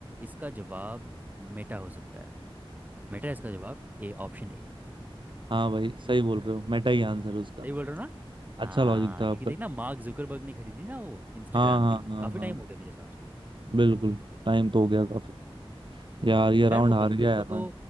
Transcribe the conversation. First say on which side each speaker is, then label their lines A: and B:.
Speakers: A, on the right (about 15°); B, on the right (about 55°).
A: इसका जवाब मेटा हो सकता है मेटा है इसका जवाब ए ऑप्शन ए
B: हाँ भाई सही बोल रहे हो मेटा ही आंसर है उसका
A: सही बोल रहे हो ना हाँ
B: अच्छा लॉजिक था
A: क्योंकि
B: आपका
A: देखना मार्क जुकरबर्ग ने खरीदी ना वो इंस्टाग्राम
B: हाँ हाँ
A: भी
B: हाँ
A: काफी
B: हाँ
A: टाइम हो गया मेरे हिसाब से तो
B: बिल्कुल टाइम तो हो गया काफी
A: हम्म,
B: यार ये राउंड
A: यार वो बंदे
B: हार गया
A: को
B: यार
A: तो
B: मैं